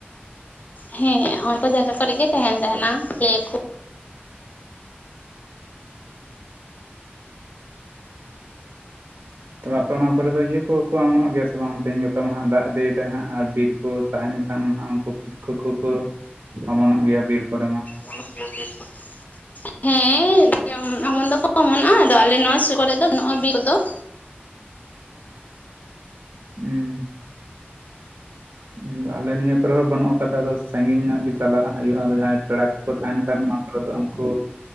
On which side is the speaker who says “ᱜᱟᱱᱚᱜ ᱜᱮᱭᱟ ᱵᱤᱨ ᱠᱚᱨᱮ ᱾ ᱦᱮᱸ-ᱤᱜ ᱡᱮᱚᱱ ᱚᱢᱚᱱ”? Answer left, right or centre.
Left